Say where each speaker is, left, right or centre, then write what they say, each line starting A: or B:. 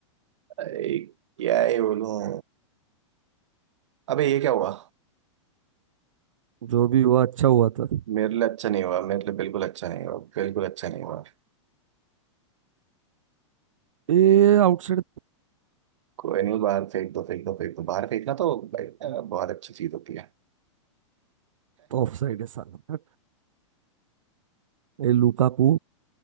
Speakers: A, on the right; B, on the right.
A: अरे क्या ही बोलूं अबे ये क्या हुआ
B: जो भी हुआ अच्छा हुआ था
A: मेरे लिए अच्छा नहीं हुआ मेरे लिए बिल्कुल अच्छा नहीं हुआ बिल्कुल अच्छा नहीं हुआ
B: ये आउटसाइड
A: कोई नहीं बाहर फेंक दो फेंक दो फेंक दो बाहर फेंकना तो भाई अ, बहुत अच्छी चीज होती है
B: तो ऑफ साइड है साला ये लुकाकू